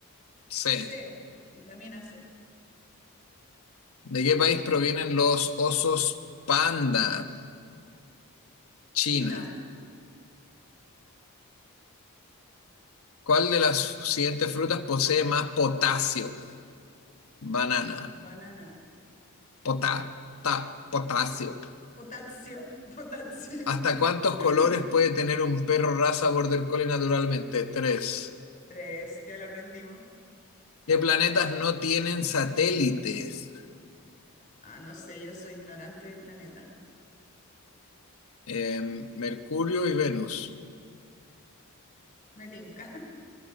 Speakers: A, on the left; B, on the left.
A: C.
B: C, vitamina C.
A: ¿De qué país provienen los osos panda? China.
B: China,
A: ¿Cuál de las siguientes frutas posee más potasio? Banana.
B: banana.
A: Pota, ta, potasio.
B: Potasio, <laughs> potasio.
A: ¿Hasta cuántos
B: <clears throat>
A: colores puede tener un perro raza border collie naturalmente? Tres.
B: Tres, ya lo aprendimos.
A: ¿Qué planetas no tienen satélites?
B: Ah, no sé, yo soy ignorante de planeta.
A: Em, Mercurio y Venus.
B: Me tinca.